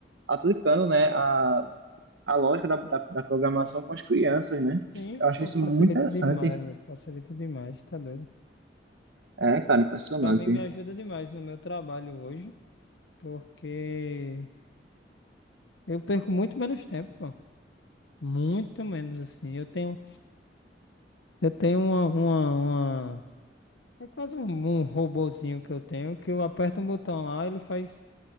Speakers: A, on the right; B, on the left.
A: aplicando, né, a, a lógica da, da, da programação com as crianças, né?
B: Sim,
A: Eu acho
B: pô,
A: isso
B: facilita
A: muito interessante.
B: demais, velho. Facilita demais, tá doido.
A: É, cara, impressionante.
B: Pra mim, me ajuda demais no meu trabalho hoje, porque eu perco muito menos tempo, pô. Muito menos assim. Eu tenho Eu tenho uma, uma, uma... É quase um, um robozinho que eu tenho, que eu aperto um botão lá, ele faz,